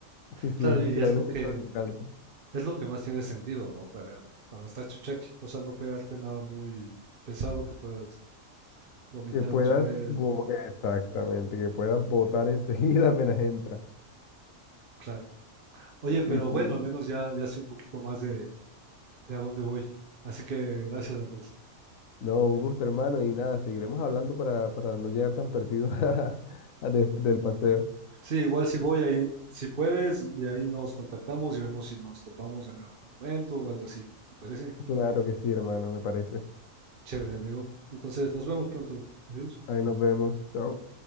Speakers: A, on the left (about 80°); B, on the right (about 45°).
A: Sí, sí,
B: Claro,
A: es
B: y
A: literalmente
B: es lo que
A: solo el caldo.
B: es lo que más tiene sentido, ¿no? Para cuando estás chucheque o sea, no pegarte nada muy pesado que puedas vomitar
A: Que puedas,
B: después,
A: bo- exactamente, que puedas botar enseguida <laughs> apenas entra.
B: claro. Oye, pero
A: Sí,
B: bueno,
A: sí.
B: al menos ya ya sé un poquito más de de a dónde voy. Así que gracias, Andrés.
A: No, un gusto, hermano, y nada, seguiremos hablando para, para no llegar tan perdidos <laughs> a- a de- del paseo.
B: Sí, igual si voy ahí, si puedes, y ahí nos contactamos y vemos si nos topamos en algún momento o algo así. ¿Te parece?
A: Claro que sí, hermano, me parece.
B: Chévere, amigo. Entonces, nos vemos pronto. Adiós.
A: Ahí nos vemos, chao.